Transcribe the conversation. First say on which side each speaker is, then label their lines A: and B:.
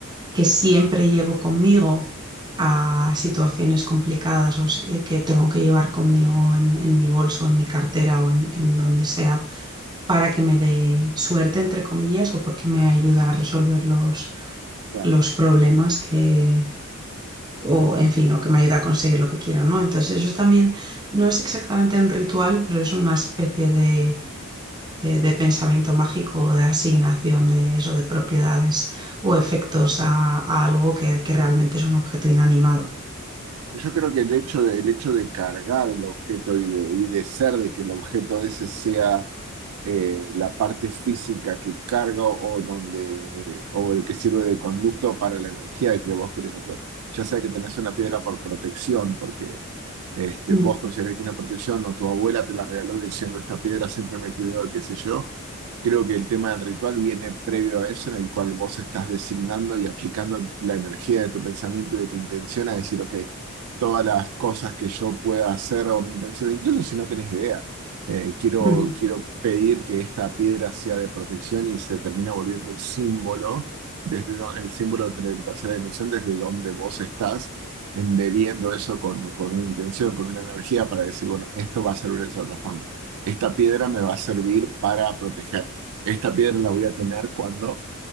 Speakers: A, on the right; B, on the right.
A: que siempre llevo conmigo a situaciones complicadas o si- que tengo que llevar conmigo en, en mi bolso, en mi cartera o en, en donde sea, para que me dé suerte, entre comillas, o porque me ayuda a resolver los,
B: claro.
A: los problemas que, o en fin, o que me ayuda a conseguir lo que quiero, ¿no? Entonces eso también no es exactamente un ritual, pero es una especie de de, de pensamiento mágico, de asignación de eso, de propiedades o efectos a, a algo que, que realmente es un objeto inanimado.
B: Yo creo que el hecho de, el hecho de cargar el objeto y de, y de ser de que el objeto ese sea eh, la parte física que carga o donde o el que sirve de conducto para la energía que vos querés hacer. Ya sea que tenés una piedra por protección, porque este,
A: Mm,
B: vos considerás que tiene protección o tu abuela te la regaló diciendo esta piedra siempre me cuidó, qué sé yo, Creo que el tema del ritual viene previo a eso, en el cual vos estás designando y aplicando la energía de tu pensamiento y de tu intención a decir, ok, todas las cosas que yo pueda hacer o mi intención, incluso si no tenés idea, eh, quiero,
A: ujú.
B: quiero pedir que esta piedra sea de protección y se termina volviendo el símbolo, desde lo- el símbolo de la tercera dimensión, desde donde vos estás, embebiendo eso con, con una intención, con una energía para decir, bueno, esto va a servir de esa otra forma esta piedra me va a servir para proteger. Esta piedra la voy a tener cuando